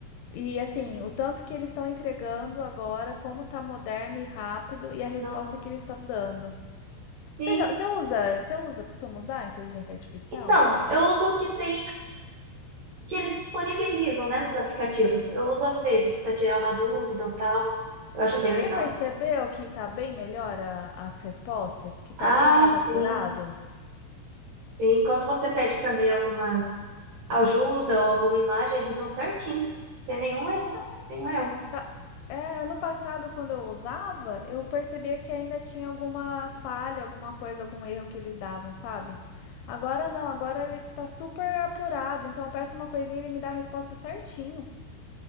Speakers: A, on the left (about 80°); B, on the right (about 70°).
A: e assim, o tanto que eles estão entregando agora, como tá moderno e rápido e a resposta
B: Nossa,
A: que eles estão dando.
B: sim.
A: Você já... você usa, você usa, costuma usar a inteligência artificial?
B: Então, eu uso o que tem, que eles disponibilizam, né, nos aplicativos. Eu uso às vezes para tirar uma dúvida ou tal. Eu acho bem legal.
A: Você percebeu que tá bem melhor a- as respostas, que tá
B: Ah,
A: bem mais
B: sim.
A: apurado?
B: Sim, quando você pede também alguma ajuda ou alguma imagem, eles dão certinho. Sem nenhum
A: Então,
B: erro, nenhum erro.
A: Tá. É, ano passado, quando eu usava, eu percebia que ainda tinha alguma falha, alguma coisa, algum erro que eles davam, sabe? Agora não, agora ele tá super apurado, então eu peço uma coisinha e ele me dá a resposta certinho.